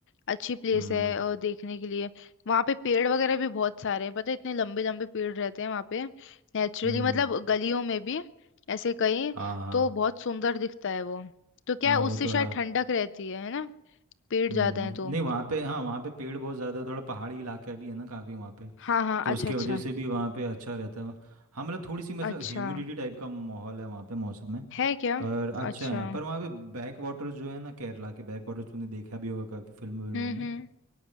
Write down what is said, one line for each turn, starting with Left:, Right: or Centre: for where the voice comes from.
Left: अच्छी प्लेस
Right: हम्म
Left: है और देखने के लिए वहाँ पे पेड़ वगैरह भी बहुत सारे हैं पता है इतने लंबे लंबे पेड़ रहते हैं वहाँ पे नेचुरली
Right: हम्म
Left: मतलब गलियों में भी ऐसे कहीं
Right: हाँ हाँ
Left: तो बहुत सुंदर दिखता है वो तो क्या
Right: हाँ
Left: है उससे
Right: वो तो
Left: शायद
Right: है
Left: ठंडक रहती है है ना पेड़
Right: हम्म
Left: ज्यादा है तो
Right: नहीं वहाँ पे हाँ वहाँ पे पेड़ बहुत ज़्यादा थोड़ा पहाड़ी इलाका भी है ना काफ़ी वहाँ पे
Left: हाँ हाँ
Right: तो
Left: अच्छा
Right: उसके
Left: अच्छा
Right: वजह से भी वहाँ पे अच्छा रहता है हाँ मतलब थोड़ी सी मतलब
Left: अच्छा
Right: ह्यूमिडिटी टाइप का माहौल है वहाँ पे मौसम में
Left: है क्या
Right: पर अच्छा
Left: अच्छा
Right: है पर वहाँ पे बैक वाटर्स जो है ना केरला के बैक वाटर्स तुमने देखा भी होगा काफ़ी फिल्म विल्मों
Left: हम्म
Right: में
Left: हम्म